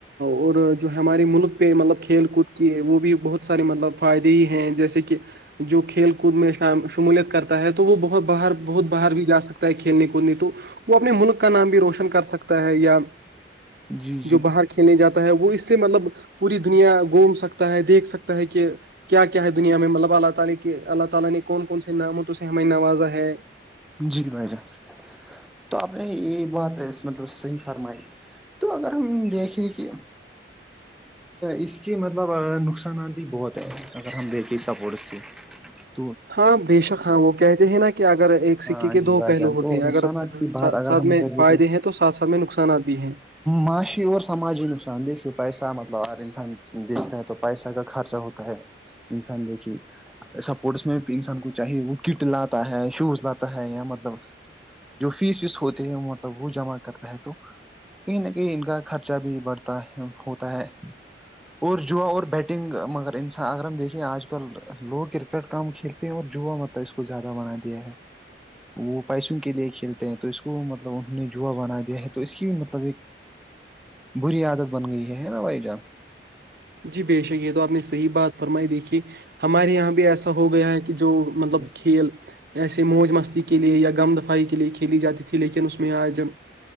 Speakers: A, on the right; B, in the centre.
A: اور جو ہمارے ملک پہ مطلب کھیل کود کے وہ بھی بہت سارے مطلب فائدے ہی ہیں جیسے کہ جو کھیل کود میں شمولیت کرتا ہے تو وہ بہت باہر بہت باہر بھی جا سک ہے کھیلنے کودنی تو وہ اپنے ملک کا نام بھی روشن کر سکتا ہے یا
B: جی جی
A: جو باہر کھیلنے جاتا ہے وہ اس سے مطلب پوری دنیا گھوم سکتا ہے دیکھ سکتا ہے کہ کیا کیا ہے دنیا میں مطلب اللہ تعالی کے اللہ تعالی نے کون کون سے نام سے ہم نوازا ہے
B: جی بھائی جان تو آپ نے یہ بات مطلب صحیح فرمائی تو اگر ہم دیکھیں کہ اس کے مطلب نقصانات بھی بہت ہیں اگر ہم دیکھیں سپورٹس کی ج
A: ہاں بے شک ہاں وہ کہتے ہیں نا کہ اگر ایک سکے
B: ہاں
A: کے
B: جی
A: دو
B: بھائی
A: پہلو
B: جان
A: ہوتے
B: تو
A: ہیں
B: نقصانات
A: اگر
B: کی بات
A: ساتھ
B: اگر
A: سات
B: ہم
A: میں
B: کریں
A: فائدے ہیں تو ساتھ ساتھ میں نقصانات بھی ہیں
B: معاشی اور سماجی نقصان دیکھیو پیسہ مطلب ہر انسان دیکھتا ہے تو پیسہ کا خرچہ ہوتا ہے انسان دیکھیے سپورٹس میں بھی انسان کو چاہیے وہ کٹ لاتا ہے شوز لاتا ہے یا مطلب جو فیس ویس ہوتے ہیں مطلب وہ جمع کرنا ہے تو کہیں نہ کہیں ان کا خرچہ بھی بڑھتا ہے ہوتا ہے اور جوا اور بیٹنگ مگر انسان اگر ہم دیکھے آج کل لوگ کرکٹ کم کھیلتے ہیں اور جوا مطلب اس کو زیادہ بنا دیا ہے وہ پیسوں کے لیے کھیلتے ہیں تو اس کو مطلب انہوں نے جوا بنا دیا ہے تو اس کی مطلب ایک بری عادت بن گئی ہے نا بھائی جان
A: جی بے شک یہ تو آپ نے صحیح بات فرمائی دیکھی ہمارے یہاں بھی ایسا ہو گیا ہے کہ جو مطلب
B: جی
A: کھیل ایسے موج مستی کے لیے یا غم دفائی کے لیے کھیلی جاتی تھی لیکن اس میں آج